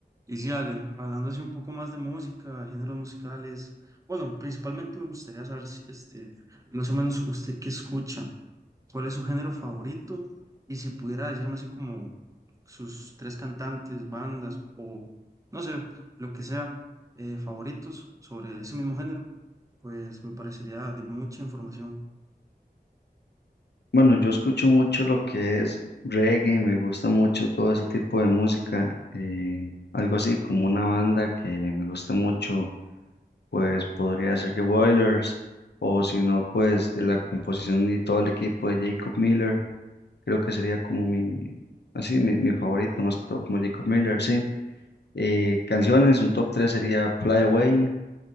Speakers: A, on the right; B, on the left.
A: Y sí, Ale, hablando así un poco más de música, géneros musicales, bueno, principalmente me gustaría saber si, este, más o menos usted qué escucha, cuál es su género favorito y si pudiera decirme así como sus tres cantantes, bandas o no sé, lo que sea, eh, favoritos sobre ese mismo género, pues me parecería de mucha información.
B: Bueno, yo escucho mucho lo que es reggae, me gusta mucho todo ese tipo de música, eh, algo así como una banda que me gusta mucho, pues podría ser The Wailers, o si no, pues la composición de todo el equipo de Jacob Miller, creo que sería como mi, así, mi, mi favorito, más que todo como Jacob Miller, sí. Eh, canciones, un top 3 sería Fly Away,